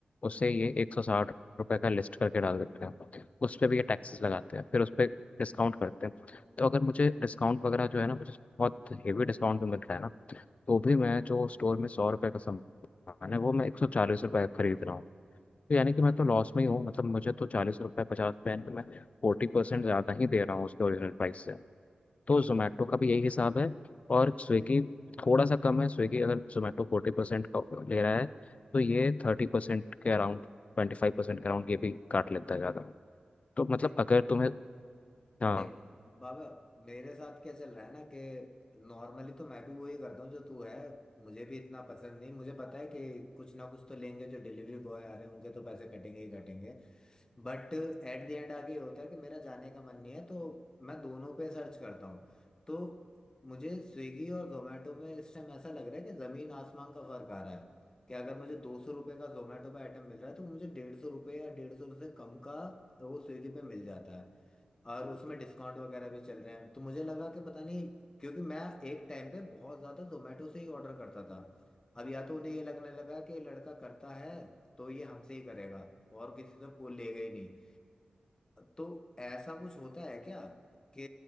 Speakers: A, on the left; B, on the left.
A: उसे ये एक सौ साठ रुपये का लिस्ट करके डाल देते हैं उस पर भी ये टैक्सेस लगाते हैं फिर उस पर डिस्काउंट करते हैं तो अगर मुझे डिस्काउंट वगैरह जो है ना मुझे बहुत हेवी डिस्काउंट भी मिल रहा है ना तो भी मैं जो स्टोर में सौ रुपये का सामान है वो मैं एक सौ चालीस रुपये का खरीद रहा हूँ तो यानी कि मैं तो लॉस में ही हूँ मतलब मुझे तो चालीस रुपये पचास रुपये पे मैं फोर्टी परसेंट ज़्यादा ही दे रहा हूँ उसके ओरिजिनल प्राइस से तो जोमेटो का भी यही हिसाब है और स्विगी थोड़ा सा कम है स्विगी अगर जोमेटो फोर्टी परसेंट का ले रहा है तो ये थर्टी परसेंट के अराउंड ट्वेंटी फाइव परसेंट के अराउंड ये भी काट लेता है ज़्यादा तो मतलब
B: देख
A: अगर तुम्हें हाँ
B: देख बाबा मेरे साथ क्या चल रहा है ना कि नॉर्मली तो मैं भी वही करता हूँ जो तू है मुझे भी इतना पसंद नहीं मुझे पता है कि कुछ ना कुछ तो लेंगे जो डिलीवरी बॉय आ रहे हैं उनके तो पैसे कटेंगे ही कटेंगे बट एट द एंड आगे ये होता है कि मेरा जाने का मन नहीं है तो मैं दोनों पे सर्च करता हूँ तो मुझे स्विगी और जोमेटो में इस टाइम ऐसा लग रहा है कि जमीन आसमान का फर्क आ रहा है कि अगर मुझे दो सौ रुपये का जोमेटो का आइटम मिल रहा है तो मुझे डेढ़ सौ रुपये या डेढ़ सौ से कम का वो स्विगी पे मिल जाता है और उसमें डिस्काउंट वगैरह भी चल रहे हैं तो मुझे लगा कि पता नहीं क्योंकि मैं एक टाइम पे बहुत ज़्यादा जोमेटो से ही ऑर्डर करता था अब या तो उन्हें ये लगने लगा कि ये लड़का करता है तो ये हमसे ही करेगा और किसी से वो लेगा ही नहीं तो ऐसा कुछ होता है क्या कि